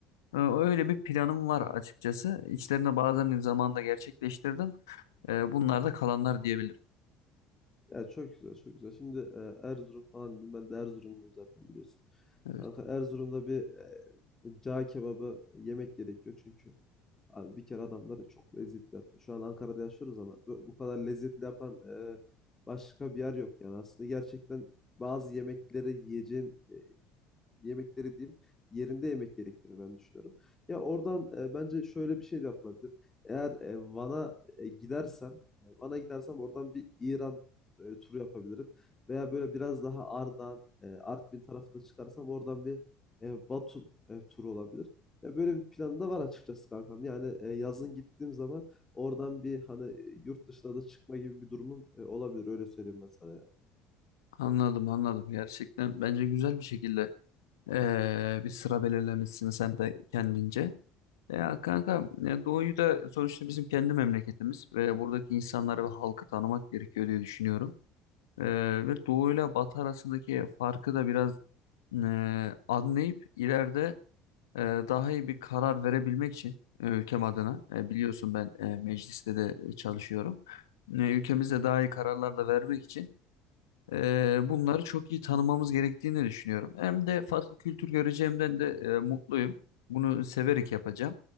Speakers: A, on the left (about 75°); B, on the left (about 20°).
A: E, Öyle bir planım var açıkçası. İçlerinde bazılarını zamanında gerçekleştirdim. E, Bunlar da kalanlar diyebilirim.
B: Ya çok güzel, çok güzel. Şimdi e, Erzurum falan dedim. Ben de Erzurumluyum zaten biliyorsun.
A: Evet,
B: Kanka Erzurum'da bir e, cağ kebabı yemek gerekiyor çünkü abi bir kere adamları çok lezzetli yapıyor. Şu an Ankara'da yaşıyoruz ama bu, bu kadar lezzetli yapan e, başka bir yer yok yani. Aslında gerçekten bazı yemekleri yiyeceğin e, yemekleri diyeyim yerinde yemek gerektiğini ben düşünüyorum. Ya oradan e, bence şöyle bir şey de yapılabilir. Eğer e, Van'a e, gidersem, e, Van'a gidersem oradan bir İran e, turu yapabilirim. Veya böyle biraz daha Ardahan, e, Artvin tarafına çıkarsam oradan bir e, Batum e, turu olabilir. Ya böyle bir planı da var açıkçası kankam. Yani e, yazın gittiğim zaman oradan bir hani yurt dışına da çıkma gibi bir durumum e, olabilir. Öyle söyleyeyim ben sana yani.
A: anladım anladım. Gerçekten bence güzel bir şekilde e, bir sıra belirlemişsin sen de kendince. E, Ya kanka e, Doğu'yu da sonuçta bizim kendi memleketimiz ve buradaki insanları ve halkı tanımak gerekiyor diye düşünüyorum. E, ve Doğu ile Batı arasındaki farkı da biraz e, anlayıp ileride e, daha iyi bir karar verebilmek için e, ülkem adına e, biliyorsun ben e, mecliste de e, çalışıyorum. E, Ülkemizde daha iyi kararlar da vermek için ee, bunları çok iyi tanımamız gerektiğini düşünüyorum. Hem de farklı kültür göreceğimden de e, mutluyum. Bunu severek yapacağım.